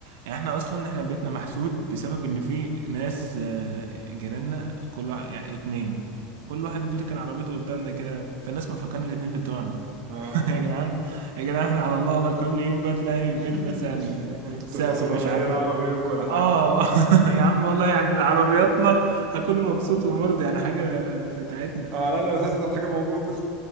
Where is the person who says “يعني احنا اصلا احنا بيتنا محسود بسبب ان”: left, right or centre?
Right